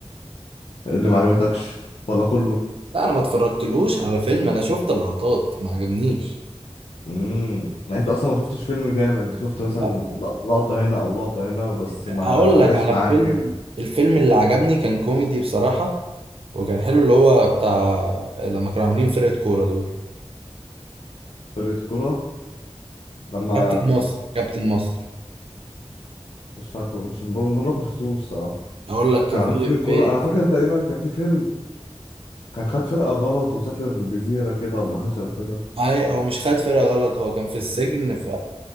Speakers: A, on the left; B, on the right.
A: اللي ما عجبتكش ولا كله
B: لا انا ما اتفرجتلوش على فيلم انا شفت اللقطات ما عجبنيش
A: امم يعني انت اصلا ما شفتش فيلم جامد انت شفت
B: لا
A: مثلا لق- لقطة هنا او لقطة هنا بس
B: اقول
A: ما ما
B: لك
A: جاش
B: على
A: معاك
B: فيلم
A: يعني
B: الفيلم اللي عجبني كان كوميدي بصراحه وكان حلو اللي هو بتاع لما كانوا عاملين فرقه كوره دول
A: فرقة كرة لما
B: كابتن مصر كابتن مصر
A: مش فاكره مش بقول بقول لك ما شفتوش الصراحة
B: اقول لك كان
A: كان عاملين
B: في
A: فرقة
B: في
A: كرة انا فاكر تقريبا كان في فيلم كان خد فرقة غلط وسافر جزيرة كده ولا حاجة شبه كده
B: هاي- هو مش خد فرقه غلط هو كان في السجن ف